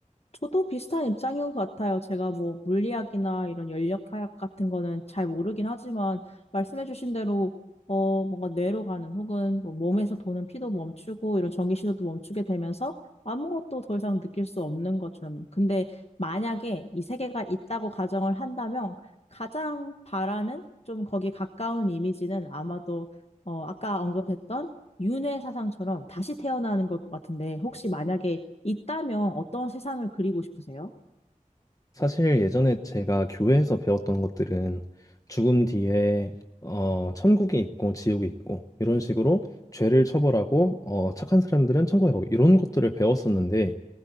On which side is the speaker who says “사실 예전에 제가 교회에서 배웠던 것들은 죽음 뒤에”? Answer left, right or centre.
Left